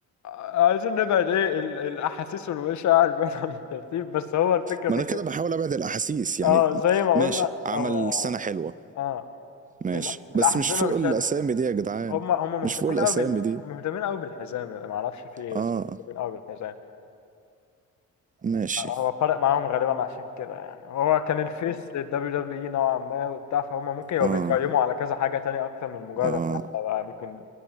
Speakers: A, on the left; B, on the right.
A: عايزين نبعد ايه ال- الاحاسيس والمشاعر بعيد عن الترتيب بس هو الفكره
B: ما
A: فكره
B: انا كده بحاول ابعد الاحاسيس يعني
A: اه زي ما
B: ماشي
A: قلنا
B: عمل
A: هو
B: سنة حلوة
A: اه
B: ماشي
A: ال- الاحزمه
B: بس مش فوق
A: مش
B: الاسامي
A: هي اللي
B: دي يا جدعان
A: هم هم مهتمين
B: مش فوق الاسامي
A: قوي بال...
B: دي
A: مهتمين قوي بالحزام يعني ما اعرفش في ايه
B: اه
A: بس مهتمين قوي بالحزام
B: ماشي
A: هو فرق معاهم غالبا عشان كده يعني هو كان الفيس للدبليو دبليو اي نوعا ما وبتاع فهم ممكن يبقوا
B: اه
A: بيقيموا على كذا حاجة تانية اكتر من مجرد
B: اه
A: الحلبة بقى ممكن